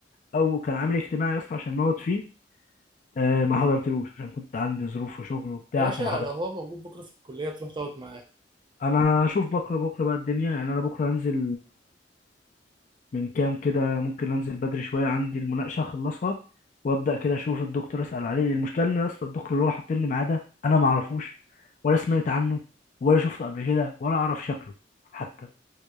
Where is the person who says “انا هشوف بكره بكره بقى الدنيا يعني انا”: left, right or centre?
Left